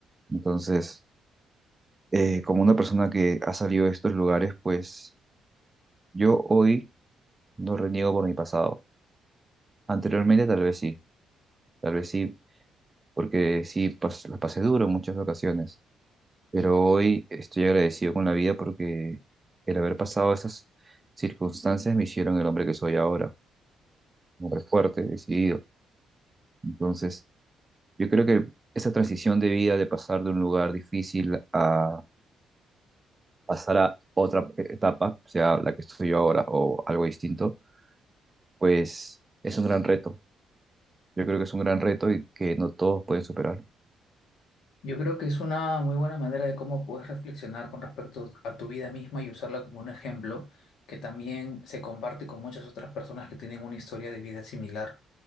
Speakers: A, on the right; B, on the left.
A: Entonces, eh, como una persona que ha salido de estos lugares, pues yo hoy no reniego por mi pasado. Anteriormente tal vez sí, tal vez sí, porque sí pas la pasé duro en muchas ocasiones, pero hoy estoy agradecido con la vida porque el haber pasado esas circunstancias me hicieron el hombre que soy ahora, un hombre fuerte, decidido. Entonces, Yo creo que esa transición de vida, de pasar de un lugar difícil a pasar a otra etapa, sea la que estoy yo ahora o algo distinto, pues es un gran reto. Yo creo que es un gran reto y que no todos pueden superar.
B: Yo creo que es una muy buena manera de cómo puedes reflexionar con respecto a tu vida misma y usarla como un ejemplo que también se comparte con muchas otras personas que tienen una historia de vida similar.